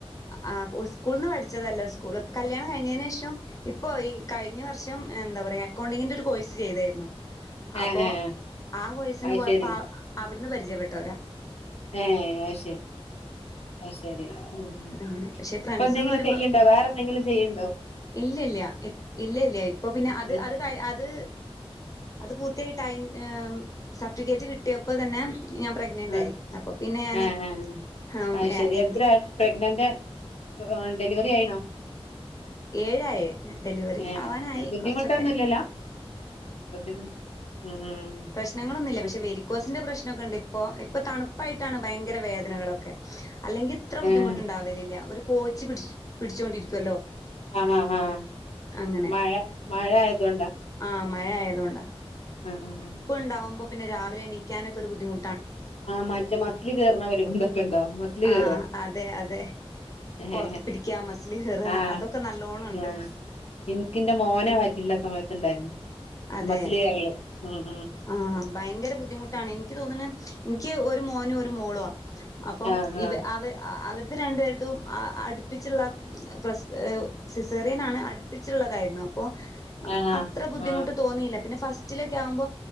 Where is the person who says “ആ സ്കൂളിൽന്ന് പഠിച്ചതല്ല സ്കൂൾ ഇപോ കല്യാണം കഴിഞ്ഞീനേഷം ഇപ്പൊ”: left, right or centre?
Left